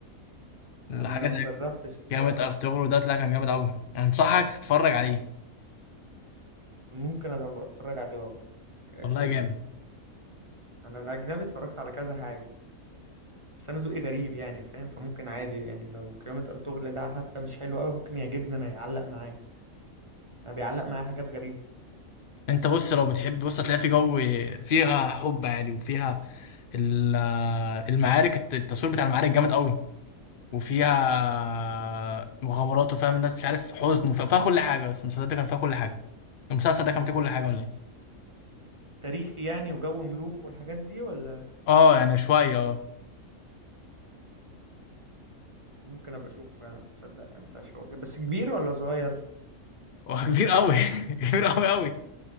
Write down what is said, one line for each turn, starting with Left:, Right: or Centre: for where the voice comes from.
Left: الحاجه
Right: انا لا
Left: زي
Right: ما جربتش الصراحة
Left: جامد ارطغرل ده طلع كان جامد قوي انصحك تتفرج عليه
Right: ممكن ابقى اتفرج عليه والله ال...
Left: والله جامد
Right: انا الاجنبي اتفرجت على كذا حاجة بس انا ذوقي غريب يعني فاهم فممكن عادي يعني لو قيامة ارطغرل ده حتى مش حلو قوي ممكن يعجبني انا يعلق معايا انا بيعلق معايا حاجات غريبة
Left: انت بص لو بتحب بص هتلاقي في جو فيها حب عادي وفيها ال- المعارك الت- التصوير بتاع المعارك جامد قوي وفيها مغامرات وفيها الناس مش عارف حزن وفيها فيها كل حاجه بس المسلسل ده كان فيها كل حاجه المسلسل ده كان فيه كل حاجه ولا ايه
Right: تاريخي يعني وجو ملوك والحاجات دي ولا
Left: اه يعني شويه اه
Right: ممكن ابقى اشوفه فعلا تصدق يعني انت شو... بس كبير ولا صغير
Left: هو كبير قوي <laughs> كبير قوي قوي